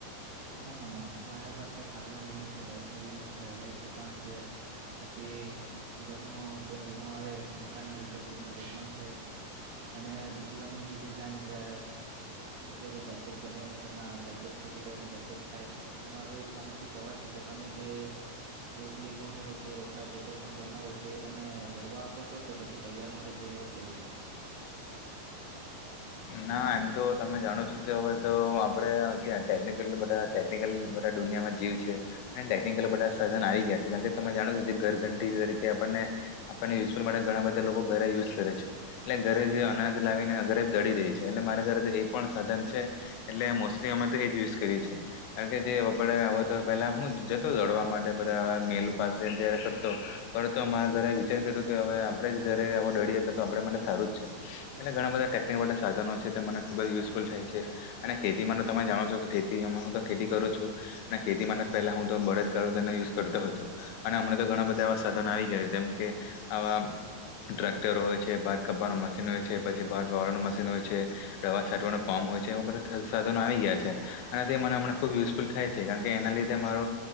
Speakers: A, on the right; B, on the left.
A: હા, હા. મારા પાસે કાર નો વીમો છે, બાઈક નો વીમો છે, એલ આઈ સી પણ છે. પછી ઘરનો પણ વીમો આવે, મકાન મિલકત વીમો તે પણ છે. અને બીજું તમે કીધું તેમ કે ઘરે જાતે જ બનાઈને તમે આ જાતે જ ખેતી કરીને જાત તે જ ખાય. તમારો એક તમારથી સવાલ છે કે તમે જે રોટલી ઘઉંની રોટલી રોટલા જે કંઈ પણ બનાવો તે તમે દરવા આપો છો કે પછી તૈયાર મળે તે લોટ લેવ છો?
B: ના, એમ તો તમે જાણો છો કે હવે તો આપડે જે આ ટેકનિકલ બધા ટેકનિકલ બધા દુનિયામાં જીવ છે. અને ટેકનિકલ બધા સાધન આવી ગયા છે. જેમ કે તમે જાણો છો તે ઘરઘંટી તરીકે આપણને આપણ ને <unintelligible> માટે ઘણા બધા લોકો ઘરે યુઝ કરે છે, એટલે ઘરે જ અનાજ લાવી ને અ ઘરે દડી દે છે. એટલે મારા ઘરે તો એ પણ સાધન છે, એટલે મોસ્ટલી અમે તો એ જ યુઝ કરીએ છીએ, કારણ કે જેડ આવ તો પહેલા હું જતો દડવા માટે બરા આ મેલ પાસે ત્યારે કરતો, ફતો અમારા ઘરે વિચાર કર્યો કે હવે આપણેે જ ઘરે આવો ડડીએ તો તો આપ માટે સારું જ છે, એટલે ઘણા બધા ટેકનિક માટે સાધનો છે તે મને ખૂબ જ યુઝફુલ થાય છે, અને ખેતીમાં તમે જાણો છો કે ખેતી હ હું તો ખેતી કરું છું, અને ખેતી માટે પહેલા હું તો બળદગાળો તેને યુઝ કરતો હતો, અને હમણા તો ઘણા બધા એવા સાધનો આવી ગયા જેમ કે, આવા ટ્ર્રેક્ટરો હોય છે ભાત કપાનું મશીન હોય છે પછી ભાત વાવળવાનું મશીન. મ હોય છે, દવા છંટવાનો પામ હોય છે એવા બધા સાધનો આવી ગયા છે અને તે મને હમણાં ખૂબ યુઝફુલ થાય છે કારણ કે એના લીધે મારો,